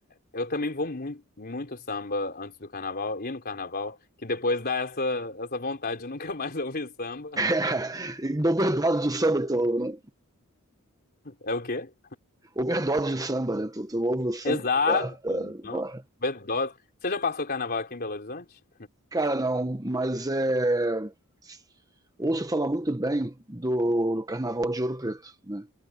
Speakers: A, on the left; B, on the right.
A: eu também vou muito, muito samba antes do carnaval e no carnaval, que depois dá essa, essa vontade de nunca mais <laughs> ouvir samba.
B: É, overdose de samba, então, né?
A: É o quê?
B: Overdose de samba, né? Tu, tu ouve o samba.
A: Exato.
B: Tá, tá,
A: Não?
B: porra.
A: Overdose. Você já passou carnaval aqui em Belo Horizonte?
B: Cara, não, mas é. Ouço falar muito bem do, do Carnaval de Ouro Preto, né?